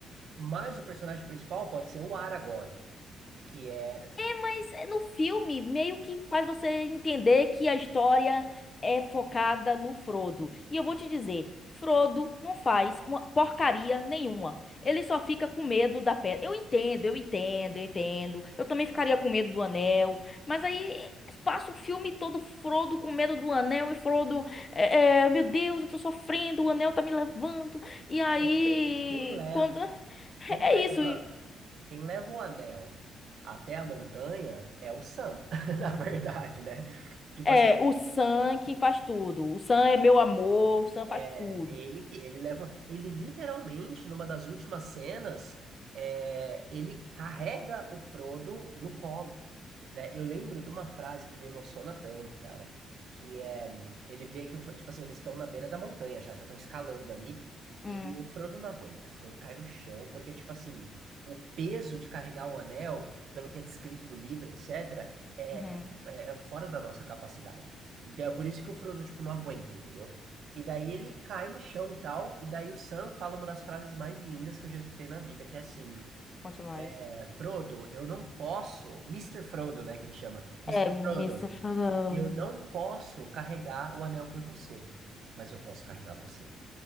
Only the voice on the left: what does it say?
Mas é, no filme, meio que faz você entender que a história é focada no Frodo. E eu vou te dizer, Frodo não faz uma porcaria nenhuma. Ele só fica com medo da pedra. Eu entendo, eu entendo, eu entendo. Eu também ficaria com medo do anel. Mas aí passa o filme todo Frodo com medo do anel e Frodo, é, é, meu Deus, eu tô sofrendo, o anel tá me levando. E aí,
quando. <laughs>
É
isso.
É,
o Sam que faz tudo. O Sam é meu amor, o Sam faz
tudo.
Hum,
uhum.
Conte mais.
É, Miss
Frodo.